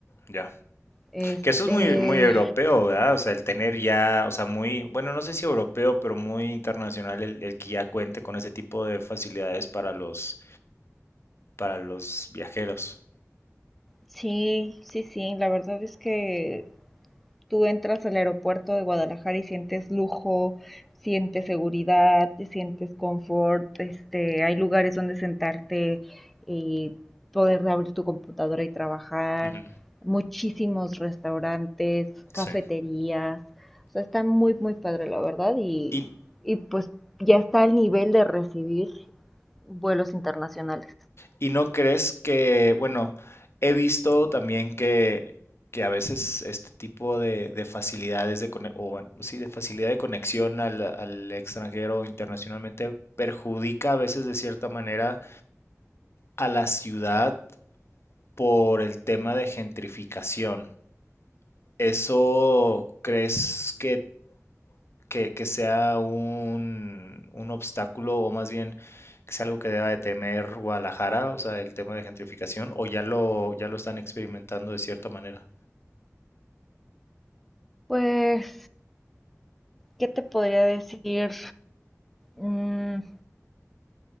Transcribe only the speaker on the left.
Ya.
Que eso es muy, muy europeo, ¿verdad? O sea, el tener ya, o sea, muy, bueno, no sé si europeo, pero muy internacional el, el que ya cuente con ese tipo de facilidades para los, para los viajeros.
Ujú,
Sí.
Y,
y no crees que, bueno, he visto también que, que a veces este tipo de, de facilidades de, cone- o bueno, sí, de facilidad de conexión al, al extranjero internacionalmente perjudica a veces de cierta manera a la ciudad por el tema de gentrificación. ¿Eso crees que, que- que sea un, un obstáculo o más bien que sea algo que deba de temer Guadalajara, o sea, el tema de gentrificación, o ya lo, ya lo están experimentando de cierta manera?